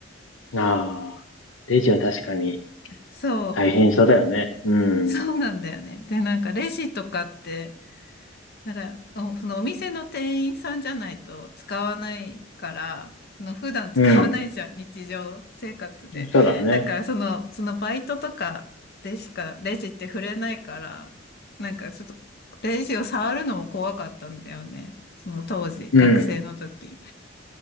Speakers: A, on the left; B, on the left.
A: ん。ああ、レジは確かに
B: そう。
A: 大変そうだよね。うん、
B: そうなんだよね。で、なんかレジとかって、だから、おそのお店の店員さんじゃないと使わないから、その普段使わないじゃん、
A: うん、
B: 日常生活で。
A: そうだね。
B: だから、その、そのバイトとかでしかレジって触れないから、なんかちょっとレジを触るのも怖かったんだよね。その当時、
A: うん、
B: 学生の時。